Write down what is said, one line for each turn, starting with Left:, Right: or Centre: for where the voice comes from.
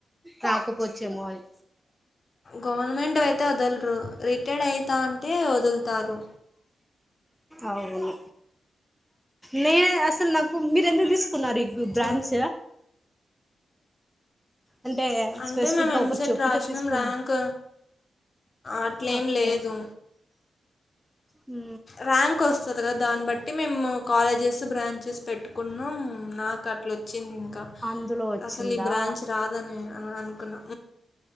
Centre: రాకపోచ్చేమో అని
Left: గవర్నమెంట్ అయితే వదల్రు రిటైర్డ్ అయితా అంటే వదులుతారు
Centre: అవును లే అసలు నాకు మీరు ఎందుకు తీసు మరి ఇప్పుడు బ్రాంచ్
Left: చూ
Centre: అంటే
Left: అంటే
Centre: స్పెసిఫిక్
Left: మేము
Centre: గా
Left: ఎంసెట్
Centre: ఒకరు చొప్పిట
Left: రాసినాం
Centre: తీసుకుని
Left: ర్యాంక్ అట్లేం
Centre: ఓకే
Left: లేదు
Centre: హు
Left: ర్యాంక్ వస్తుంది కదా దాన్ని బట్టి మేము కాలేజెస్ బ్రాంచెస్ పెట్టుకున్నాం నాకు అట్లా వచ్చింది ఇంకా
Centre: అందులో వచ్చిందా
Left: అసలు ఈ బ్రాంచ్ రాదని అనుకున్నం